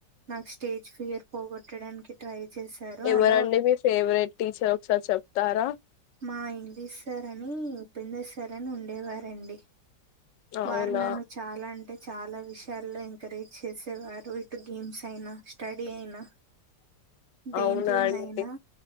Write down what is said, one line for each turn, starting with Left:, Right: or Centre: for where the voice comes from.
Right: నాకు స్టేజ్ ఫియర్ పోగొట్టడానికి ట్రై చేశారు
Left: ఎవరండీ
Right: అలా
Left: మీ ఫెవరెట్ టీచర్? ఒకసారి చెప్తారా?
Right: మా హింది సార్ అని ఉపేందర్ సర్ అని ఉండేవారండి. వారు
Left: అవునా
Right: నన్ను చాల అన్ అంటే, చాలా విషయాల్లో ఎంకరేజ్ చేసేవారు. ఇటు గేమ్స్ అయినా! స్టడీ అయినా! దేంట్లోనయనా,
Left: అవునా అండి